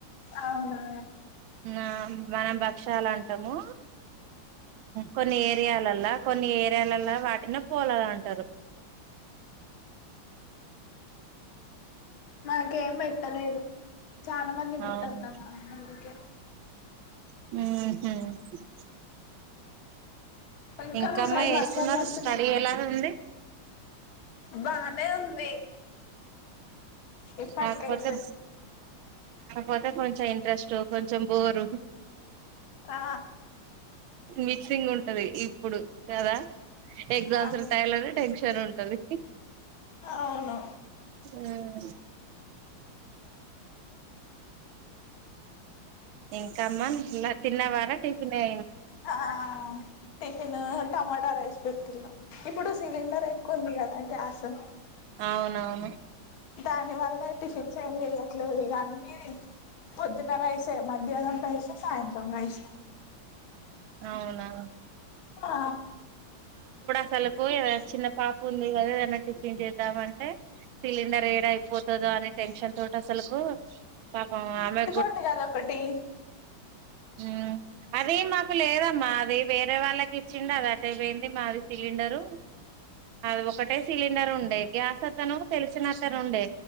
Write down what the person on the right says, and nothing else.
ఆ మనం భక్షాల్ అంటామూ కొన్ని ఏరియాలల్లా కొన్ని ఏరియాల్ల వాటిని పోలల్ అంటరు
అవును మ్ హ్
ఇంకామ్మ
వస్తున్నారు
స్టడీ ఎలా ఉంది
కాక్పోతే పోతే కొంచెం ఇంట్రెస్టు కొంచెం బోరు
మిక్సింగ్ ఉంటది ఈ ఇప్పుడు కదా ఎగ్జామ్స్
టైలరు టెన్షన్ ఉంటది
అ <inaudible> ఇం కమ్మ ఇ తిన్నవారా టిఫినే
అవునవును
అవునా
అసలకు ఏద చిన్న పాప ఉంది కదా ఏదనా టిఫిన్ చేద్దామంటే సిలిండర్ ఏడ అయిపోతుందో అని టెన్షన్ తోటి అసలుకు పాపం ఆమె
ఉమ్ అదే మా లేదమ్మ అది వేరే వాళ్ళకి ఇచ్చిండ అది అటే పోయింది మాది సిలిండరు అది ఒకటే సిలిండర్ ఉండే గ్యాస్ అతను తెలిసినతను ఉండే